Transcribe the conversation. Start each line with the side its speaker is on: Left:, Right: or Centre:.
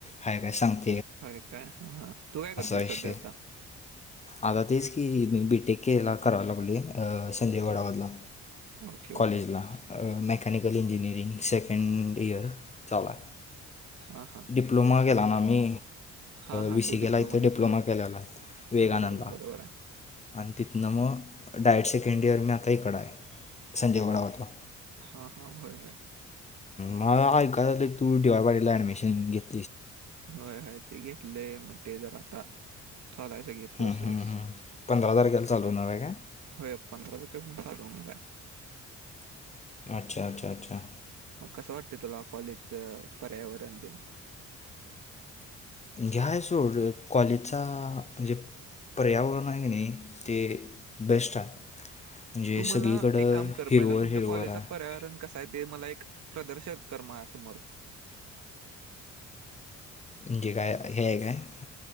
Left: आहे काय सांगत.
Right: हय काय हा हा तू काय करतेयस
Left: विषय
Right: सध्या आता?
Left: आता तेच की मी बीटेक केला करायला लागले संजय घोडावत ला.
Right: ओके
Left: कॉलेज
Right: ओके
Left: ला अ Mac mechanical engineering second year चालू आहे.
Right: हां हां
Left: डीप्लोमा केला ना मी.
Right: हां हां
Left: बी सी
Right: तू
Left: केेला इथं
Right: घेतलेलास
Left: डिप्लोमा केलेला. विवेकानंद
Right: हा बरोबर आहे
Left: ला
Right: बरोबर आहे
Left: आणि तिथनं मग डायरेक्ट सेकंड इयर मी आता हीकडं आहे. संजय घोडावत ला.
Right: हा हा होय होय
Left: म ऐकाय आलं तू डी वाय पाटील ला ऍडमिशन घेत.
Right: होय होय ते घेतलेय मग ते जरा आता चालाय सगळी प्रोसेस.
Left: हम्म, हम्म, हम्म. पंधरा तारखेला चालू होणार आहे काय
Right: होय पंधरा तारखे पासन चालू होणार आहे.
Left: अच्छा अच्छा अच्छा.
Right: मग कसं वाटत तुला कॉलेजच पर्यावरण दिन?
Left: म्हणजे हाय सोड कॉलेजचा म्हणजे पर्यावरण आहे कनी ते बेस्ट आहे. म्हणजे
Right: तुम्हाला
Left: सगळीकडं
Right: एक काम कर
Left: हिरवळ
Right: पाहिला तुमच्या
Left: हिरवळ
Right: कॉलेजचा
Left: आहे
Right: पर्यावरण कस आहे ते मला एक प्रदर्शन करमाझ्यासमोर
Left: म्हणजे काय हे आहे काय